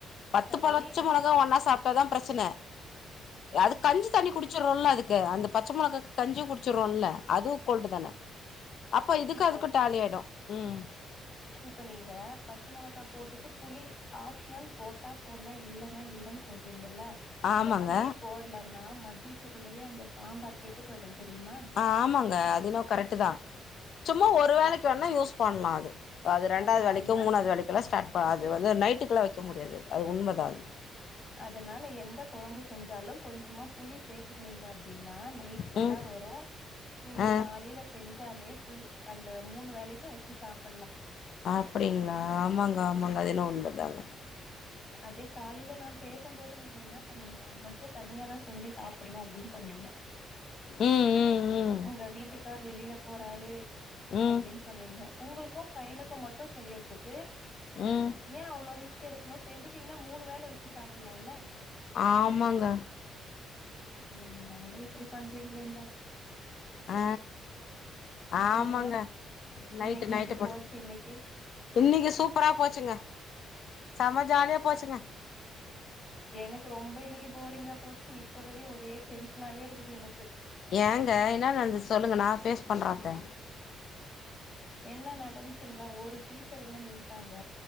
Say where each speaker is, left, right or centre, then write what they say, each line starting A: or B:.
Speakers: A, on the left; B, on the left.
A: பத்து
B: சரி
A: பளச் மொள ஒன்னா சாப்ட்டாதா பிரச்சன அது கஞ்சி தண்ணி குடிச்சிரோல அதுக்கு அந்த பச்ச மொளகாக்கு கஞ்சி குடிச்சுரோல்ல அதுவு கோல்டு தான அப்ப இதுக்கு
B: இப்போ
A: அதுக்கு டேலி ஆயிடு ம்
B: இப்ப நீங்க பச்ச மொளகா போட்டுட்டு புளி ஆப்ஷனல் போட்டா போடலா இல்லன்னா இல்ல சொல்றீங்கல்ல
A: ஆமாங்க
B: அந்த புளி போட்ல ன மதியத்துக்குள்ளவே அந்த சாம்பார் கெட்டு போயிடு தெரிமா
A: ஆமாங்க அது என்னவோ கரெக்ட்டு தா சும்மா ஒரு
B: அத்
A: வேளைக்கி வேணா யூஸ் பண்லா அது அது ரெண்டாது
B: அதனால
A: வேலைக்கோ மூணாது வேலைக்கோலா ஸ்டார்ப அது வந்து நைட்டுக்கலா வக்க முடியாது அது உண்ம தா அது
B: அதனால எந்த கொழம்பு செஞ்சாலும் கொஞ்சமா புளி சேத்துக்னீங்க அப்டின்னா நைட் ஃபுல்லா
A: ம்
B: வரு நீங்க
A: ஆ
B: காலைல செஞ்சாலே ஃபுல் அந்த மூணு வேலைக்கு வச்சு சாப்பட்லா
A: அப்டிங்ளா ஆமாங்க ஆமாங்க அது என்னவோ உண்மதாங்க
B: அதே காலையில நா பேசம்போது நீங்க என்ன சொன்னீங்க நா மட்டு தனியா தா செஞ்சு சாப் புடனு அப்டின்னு சொன்னீங்க
A: ம் ம் ம்
B: உங்க வீட்டுக்கார் வெளில போறாரு
A: ம்
B: அப்டின் சொன்னீங்க உங்ளுக்கு பையனுக்கு மட்டு செய்யறதுக்கு
A: ம்
B: ஏன் அவ்ளோ ரிஸ்க் எடுக்கணு செஞ்சுட்டு இன்னு மூணு வேல வச்சி சாப்பட்லால
A: ஆமாங்க
B: என்னங்க இப்டி பண்றீங்களேங்க
A: ஆ ஆமாங்க
B: அப்றோங்க
A: நைட்டு
B: இன்னைக்கு
A: நைட்டு
B: எப்டி
A: போட்
B: போச்சு இன்னைக்கு
A: இன்னைக்கு சூப்பரா போச்சுங்க செம்ம ஜாலியா போச்சுங்க
B: எனக்கு ரொம்ப இன்னைக்கு போரிங்கா போச்சு இப்ப வரையு ஒரே டென்ஷனாவே இருக்குது எனக்கு
A: ஏங்க என்ன நடந்துச்சி சொல்லுங்க நா ஃபேஸ் பண்ற அத
B: என்ன நடந்சுங்ளா ஒரு டீச்சர் இங்க நிண்டுடாங்க